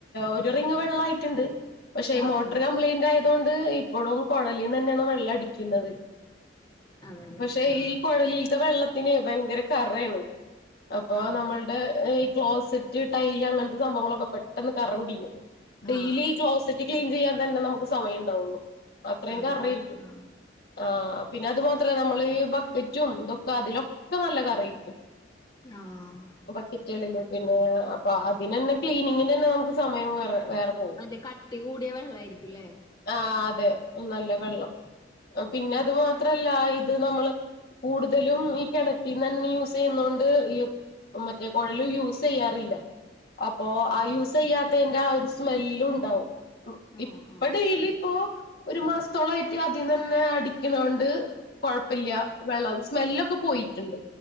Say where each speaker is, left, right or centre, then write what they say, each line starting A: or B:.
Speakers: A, on the left; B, on the left.
A: ഒരു റിംഗ് വെള്ളട്ടുണ്ട് പക്ഷെ
B: ആഹ്
A: മോട്ടർ
B: ആഹ്
A: കംപ്യിന്റ് യ തുകൊണ്ട് ഇപ്പോഴും കൊയലീന്ന് തന്നെയാണ് വെള്ളം അടിക്കുന്നത്
B: അതെല്ലേ
A: പക്ഷെ
B: ആഹ്
A: ഇൽക്കട ല്ത്ത വെള്ളത്തിന് ഭയങ്കര കറയാണ് അപ്പോ
B: ആഹ്
A: നമ്മളുടെ ഈ ക്ലോസറ്റ് ടൈല് അങ്ങനത്തെ സംഭവങ്ങളൊക്കെ പെട്ടെന്ന് കറ പിടിക്കും ഡെയിലി
B: ആഹ്
A: ക്ലോസിറ്റ് ക്ലീൻ ചെയ്യാൻ തന്നെ നമുക്ക് സമ ഉണ്ടാവുള്ളൂ അത്രയും
B: അതെല്ലേ
A: കറ്യ്‌ര്ക്കും
B: ആഹ്
A: ആഹ് പിന്നെ അതു മാത്രല്ലേ നമ്മള് ഈ ബക്കറ്റുംന്തൊക്ക അതിലൊക്കെ നല്ല കറിയിരിക്കും
B: ആഹ്
A: ബക്കറ്റുകളു പിന്നെ അപ്പൊ അതിന തന്നെ ക്ലീനിങ്ങിന് തന്നെ നമുക്ക് സമയം വേറെ വേറെ പോവും
B: മറ്റേ കട്ടി കൂടിയ വെള്ളയിരിക്കുംല്ലേ
A: ആഹ് അതെ നല്ല വെള്ളം
B: ഉം
A: പിന്നെ
B: ഉം
A: അത് മാത്രല്ല ഇത് നമ്മള് കൂടുതലും ഈ കിണറ്റിൽന്ന് ന്നെ യൂസ് ചെയ്യുന്ന കൊണ്ട് ഈ മറ്റേ കൊഴലും യൂസ് ചെയ്യാറില്ല അപ്പോ ആഹ് യൂസ് ചെയ്യാത്തയി ന്റെ ആഹ് ഒരു സ്മെല്ലും ഉണ്ടാവും
B: ആഹ്
A: ഇപ്പ
B: ആഹ്
A: ഡെയിലി ഇപ്പോ ഒരു മാസത്തോളായിട്ട് ആദിന്നന്നെ അടിക്കണോണ്ട് കൊഴപ്പല്ല വെള്ളം സ്മെല്ലൊക്കെ പോയിട്ടുണ്ട്